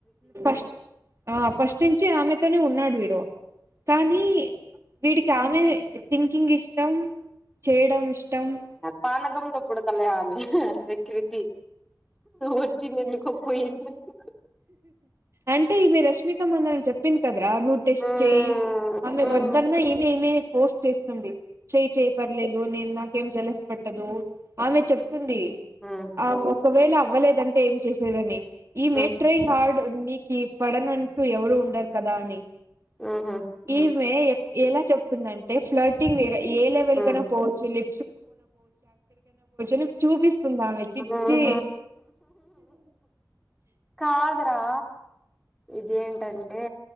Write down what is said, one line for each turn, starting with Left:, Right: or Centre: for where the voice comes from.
Right: <unintelligible> ఆ ఫస్ట్ నుంచి ఆమెతోనే ఉన్నాడు వీడు కానీ వీడికి ఆమె థింకింగ్ ఇష్టం చేయడం ఇష్టం
Centre: పానకంలో పుడకలే ఆమె <unintelligible> వచ్చంది ఎందుకో పోయింది <unintelligible>
Right: అంటే ఈమే రష్మిక మందన చెప్ చెప్పింది కదరా నువ్ టెస్ట్
Centre: మ్మ్
Right: చేయి ఆమె
Centre: మ్మ్
Right: వద్దన్నా ఈమే ఈమే ఫోర్స్ చేస్తుంది చేయి చెయ్ పర్లేదు నేను నాకేం జలస్ పట్టదు ఆమె చెప్తుంది
Centre: మ్మ్
Right: ఆ ఒకవేళ అవ్వలేదంటే ఏం చేసేదని ఈమె
Centre: మ్మ్
Right: ట్రై హార్డ్ నీకి పడనంటు ఎవరు ఉండరు కదా అని
Centre: ఆహ
Right: ఈమె ఎలా చెప్తుందంటే ఫ్లటింగ్ ఏ లెవెల్
Centre: మ్మ్
Right: కైన పోవచ్చు లీ <unintelligible> చూపిస్తుందామే చీ
Centre: మ్మ్
Right: చ్చీ
Centre: కద్రా ఇదిఎంటంటే